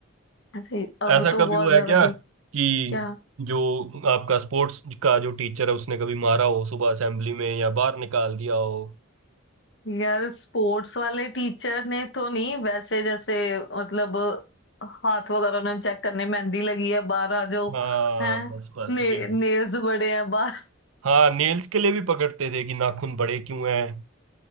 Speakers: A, on the left; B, on the right.
A: अरे अब
B: ऐसा
A: तो
B: कभी
A: बहुत
B: हुआ
A: ज्यादा
B: है क्या
A: भी
B: कि
A: क्या
B: जो आपका स्पोर्ट्स का जो टीचर है उसने कभी मारा हो सुबह असेंबली में या बाहर निकाल दिया हो
A: यार स्पोर्ट्स वाले टीचर ने तो नहीं वैसे जैसे मतलब हाथ वगैरह ने चेक करने मेहंदी लगी है बाहर आ जाओ
B: हाँ
A: हैं
B: बस बस
A: ने,
B: यही।
A: नेल्स बड़े हैं बाहर
B: हाँ नेल्स के लिए भी पकड़ते थे कि नाखून बड़े क्यों हैं